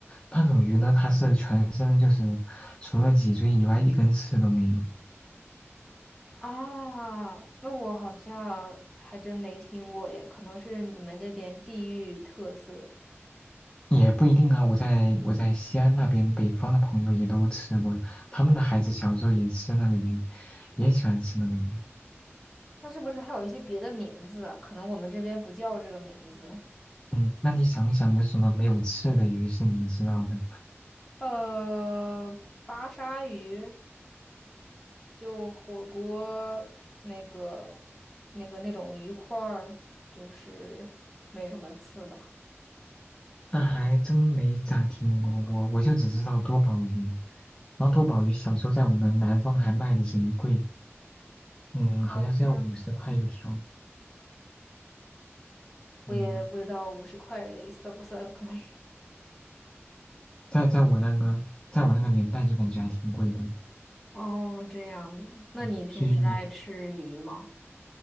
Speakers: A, on the left (about 20°); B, in the centre.
A: 那种鱼呢，它是全身就是除了脊椎以外一根刺都没有，
B: 啊，那我好像还真没听过耶，可能是你们那边地域特色。
A: 也不一定啊。我在我在西安那边北方的朋友也都吃过，他们的孩子小时候也吃那个鱼，也喜欢吃那个鱼。
B: 那是不是还有一些别的名字啊？可能我们这边不叫这个名字。
A: 嗯，那你想想有什么没有刺的鱼是你知道的？
B: 呃，巴沙鱼就火锅那个那个那种鱼块儿，就是没什么刺吧。
A: 那还真没咋听过，我我就只知道多宝鱼。然后多宝鱼小时候在我们南方还卖的贼贵，嗯，好像是要五十块一条，
B: 这样子，我也不知道五十块算不算贵。
A: 嗯，在在我那个在我那个年代就感觉还挺贵的，
B: 哦，这样子。那你平时爱吃鱼吗？
A: 嗯所以